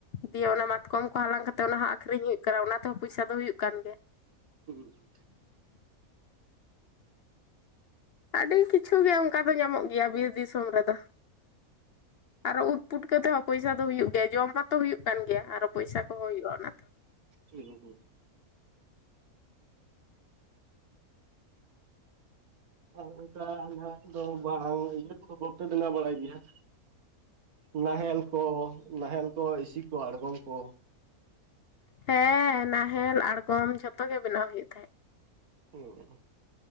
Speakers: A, on the left; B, on the right.
A: ᱫᱤᱭᱮ ᱚᱱᱟ ᱢᱟᱛᱠᱚᱢ ᱠᱚ ᱦᱟᱞᱟᱝ ᱠᱟᱛᱮᱜ ᱚᱱᱟ ᱦᱚᱸ ᱟᱠᱷᱨᱤᱧ ᱦᱩᱭᱩᱜ ᱠᱟᱱᱟ ᱚᱱᱟ ᱛᱮᱦᱚᱸ ᱯᱚᱭᱥᱟ ᱫᱚ ᱦᱩᱭᱩᱜ ᱠᱟᱱ ᱜᱮᱭᱟ᱾
B: ᱦᱩᱸ ᱦᱩᱸ
A: ᱟᱹᱰᱤ ᱠᱤᱪᱷᱩ ᱜᱮ ᱚᱝᱠᱟ ᱫᱚ ᱧᱟᱢᱚᱜ ᱜᱮᱭᱟ ᱵᱤᱨ ᱫᱤᱥᱚᱢ ᱨᱮᱫᱚ᱾ ᱟᱨᱚ ᱩᱫ ᱯᱩᱴᱠᱟᱹ ᱛᱮ ᱦᱚᱸ ᱯᱚᱭᱥᱟ ᱫᱚ ᱦᱩᱭᱩᱜ ᱜᱮᱭᱟ ᱡᱚᱢ ᱦᱚᱛᱚ ᱦᱩᱭᱩᱜ ᱠᱟᱱ ᱜᱮᱭᱟ ᱟᱨᱚ ᱯᱚᱭᱥᱟ ᱠᱚᱦᱚᱸ ᱦᱩᱭᱩᱜᱼᱟ ᱚᱱᱟ ᱛᱮᱦᱚᱸ᱾
B: ᱦᱩᱸ ᱦᱩᱸ ᱟᱨ ᱚᱝᱠᱟᱱᱟᱜ ᱫᱚ ᱵᱟᱝ ᱤᱭᱟᱹ ᱠᱚᱫᱚ ᱵᱟᱯᱮ ᱵᱮᱱᱟᱣ ᱵᱟᱲᱟᱭ ᱜᱮᱭᱟ᱾ ᱱᱟᱦᱮᱞ ᱠᱚ ᱱᱟᱦᱮᱞ ᱠᱚ ᱤᱥᱤ ᱠᱚ ᱟᱬᱜᱚᱢ ᱠᱚ
A: ᱦᱮᱸ ᱱᱟᱦᱮᱞ ᱟᱬᱜᱚᱢ ᱡᱷᱚᱛᱚ ᱜᱮ ᱵᱮᱱᱟᱣ ᱦᱩᱭᱩᱜ ᱛᱟᱦᱮᱸᱫ᱾
B: ᱦᱩᱸ